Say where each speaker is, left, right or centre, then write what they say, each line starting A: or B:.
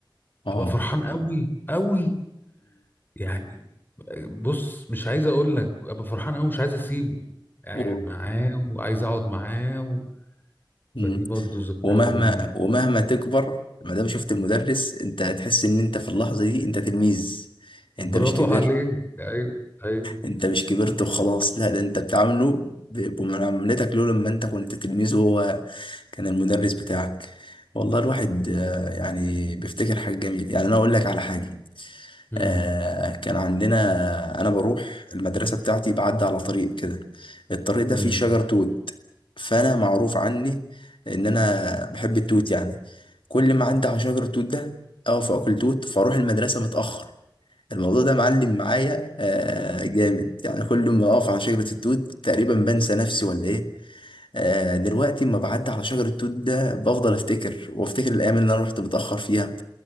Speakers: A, on the left; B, on the left.
A: آه
B: ابقى فرحان قوي قوي يعني بص مش عايز اقول لك ابقى فرحان قوي مش عايز اسيبه قاعد
A: و...
B: معاه وعايز اقعد معاه و...
A: مم.
B: فدي برضو ذكريات
A: ومهما
B: جميلة
A: ومهما تكبر ما دام شفت المدرس انت هتحس ان انت في اللحظه دي انت تلميذ انت
B: برافو
A: مش كبرت
B: عليك ايوه ايوه
A: انت مش كبرت وخلاص لا ده انت بتعامله ب- بمعاملتك له لما انت كنت تلميذ وهو كان المدرس بتاعك والله الواحد آه، يعني بيفتكر حاجه جميله يعني انا اقول لك على حاجه
B: امم
A: آه، كان عندنا انا بروح المدرسه بتاعتي بعدي على طريق كده الطريق ده
B: امم
A: فيه شجر توت فانا معروف عني ان انا بحب التوت يعني كل ما اعدي على شجر التوت ده اقف اكل توت فاروح المدرسه متاخر الموضوع ده معلم معايا آه، جامد يعني كل ما اقف على شجره التوت تقريبا بنسى نفسي ولا ايه آه، دلوقتي اما بعدي على شجر التوت ده بفضل افتكر وافتكر الايام اللي انا رحت متاخر فيها